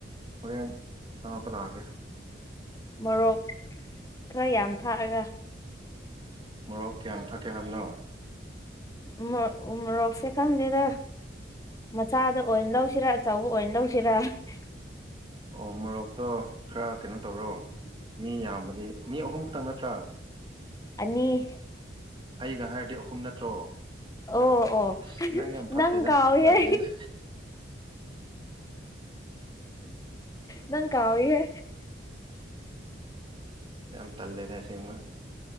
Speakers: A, on the right; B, on the left.
A: ꯀ ꯇꯄꯂ ꯀ
B: ꯃꯣꯔꯣꯛ ꯈꯔ ꯌꯥꯝ ꯊꯥꯛꯑꯒ
A: ꯃꯣꯔꯣꯛ ꯀꯌꯥꯝ ꯊꯛꯀꯦ ꯍꯥꯏꯕꯅꯣ
B: ꯣꯔꯣꯛ ꯃꯣꯔꯣꯛꯁꯦ ꯈꯪꯗꯦꯗ ꯃꯆꯥꯗ ꯑꯣꯏꯅ ꯂꯧꯁꯤꯔꯥ ꯑꯆꯧꯕ ꯑꯣꯏꯅ ꯂꯧꯁꯤꯔꯥ ꯍꯦꯔ
A: ꯑꯣ ꯃꯣꯔꯣꯛꯇꯣ ꯈꯔ ꯀꯩꯅꯣ ꯇꯧꯔꯣ ꯃꯤ ꯌꯥꯝꯕꯗꯤ ꯃꯤ ꯑꯍꯨꯝ ꯈꯛꯇꯪ ꯅꯠꯇ꯭ꯔꯥ
B: ꯑꯅꯤ
A: ꯑꯩꯒ ꯍꯥꯏꯔꯗꯤ ꯑꯍꯨꯝ ꯅꯠꯇ꯭ꯔꯣ
B: ꯑꯣ ꯑꯣ
A: ꯑꯁ ꯌꯥꯝ ꯐꯠꯇꯦꯗ
B: ꯅꯪ ꯀꯥꯎꯋꯤꯍꯦ
A: ꯇꯜꯂꯦꯗ
B: ꯅꯪ ꯀꯥꯎꯋꯤꯍꯦ
A: ꯌꯥꯝ ꯇꯜꯂꯦꯗ ꯑꯁꯦꯡꯕ